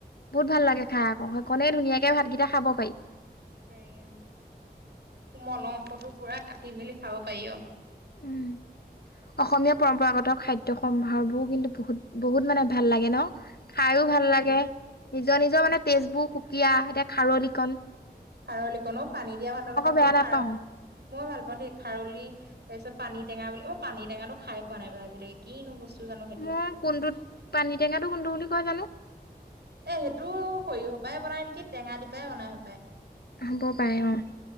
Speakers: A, on the right; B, on the left.
A: উম
B: বহুত ভাল লাগে খাই অ'ক সেইকনে ধুনীয়াকে ভাতকেইটা খাব পাৰি।
A: পাৰি অ' কোমল অংশটো পুৰা কাটি মেলি খাব পাৰি অহ' <inaudible>
B: উম অসমীয়া পৰম্পৰাগত খাদ্য সম্ভাৰবোৰ কিন্তু বহুত বহুত মানে ভাল লাগে ন। খাইয়েও ভাল লাগে নিজৰ নিজৰ মানে তেজ বোৰ সুকীয়া, এতিয়া খাৰলিকন
A: খাৰলি কনো পানী দিয়া ভাতৰ লগত
B: বেয়া
A: তো
B: নাপাওঁ।
A: খাৰ মই ভাল পাওঁ দেই খাৰলি তাৰপিছত পানী টেঙা বুলি মই পানী টেঙাটো খাই পোৱা নাই আজিলৈকে কিনো বস্তু। জানো সেইটো
B: মই কোনটোত পানীটেঙাটো কোনটো বুলি কয় জানোঁ।
A: এই সেইটো সৰিয়হৰপায় বনাই নেকি টেঙা দি পায় বনাই হপায়।
B: হ'ব পাৰে অহ'